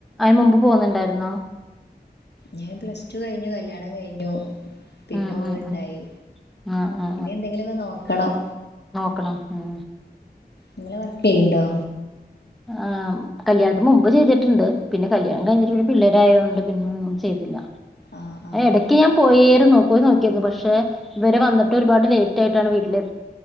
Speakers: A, in the centre; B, on the left.
A: മുമ്പ് പോന്നുണ്ടാരുന്നോ
B: ഞാൻ പ്ലസ് ടു കഴിഞ്ഞു കല്യാണം കഴിഞ്ഞു പിന്നെ
A: ഉം
B: ഓള്ണ്ടായി
A: ഉം ഉം ആ ആ
B: ഇനി എന്തെങ്കിലൊക്കെ നോക്കണം
A: ക്കണം ഉം
B: നിങ്ങള് വർക്ക് ചെയ്യുണ്ടോ
A: ആ കല്യാണത്തിന് മുമ്പ് ചെയ്തിട്ട്ണ്ട് പിന്നെ കല്യാണം കഴിഞ്ഞിട്ട് പിള്ളാരായകൊണ്ട് പിന്നെ ഒന്നും ചെയ്തില്ല
B: ആഹ് ആഹ്
A: എടക്ക് ഞാൻ പോയേരുന്നു പോയി നോക്കിരുന്നു പക്ഷെ ഇവരെ വന്നിട്ട് ഒരുപാട് ലേറ്റ് ആയിട്ടാണ് വീട്ടിലെ